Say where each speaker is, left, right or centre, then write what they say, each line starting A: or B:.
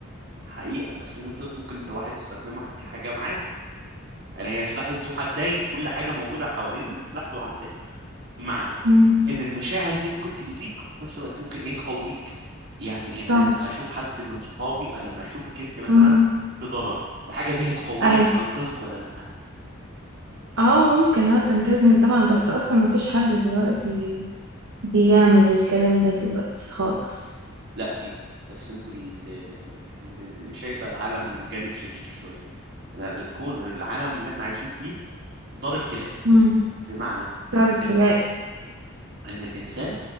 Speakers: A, on the right (about 50°); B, on the right (about 65°).
A: حقيقة بس في نفس الوقت ممكن الواحد يستخدمها كحاجة معاه يعني هي سلاح ذو حدين كل حاجة موجودة حوالينا سلاح ذو حدين معنى
B: مم.
A: ان المشاعر دي ممكن تأذيك وفي نفس الوقت ممكن ايه تقويك يعني ايه
B: طبعا
A: انا لما اشوف حد من صحابي أو لما اشوفك انت مثلا
B: مم.
A: في ضرر الحاجة دي هتقويني
B: أيوة
A: ان انقذك ولا لا
B: اه ممكن اه تنقذني طبعا بس اصلا مفيش حد دلوقتي بيعمل الكلام ده دلوقتي خالص
A: لا في بس انت اللي اللي شايفة العالم من جانب شرير شوية لا، الكون العالم اللي احنا عايشين فيه دار ابتلاء
B: مم.
A: بمعنى
B: تعرف تلاقي
A: ان ان الانسان